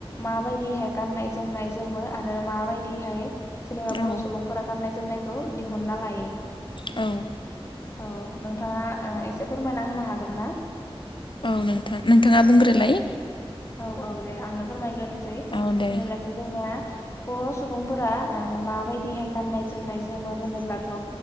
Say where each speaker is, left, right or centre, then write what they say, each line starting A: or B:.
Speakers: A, on the left; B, on the left.
A: माबायदिहाय गाननाय जोमनाय जोमो आरो माबायदिहाय जेनेबा
B: औ
A: बर' सुबुंफोरा गाननाय जोमनायखौ दिहुनना लायो।
B: औ
A: औ नोंथाङा ओ एसे फोरमायना होनो हागोन ना?
B: औ नोंथां नोंथाङा बुंग्रोलाय।
A: औ औ दे आंनो फोरमायग्रोनोसै
B: औ दे
A: जेनेलाखि जोंनिया बर' सुबुंफोरा ओ माबायदिहाय गाननाय जोमनाय जोमोन होनोब्लाथ'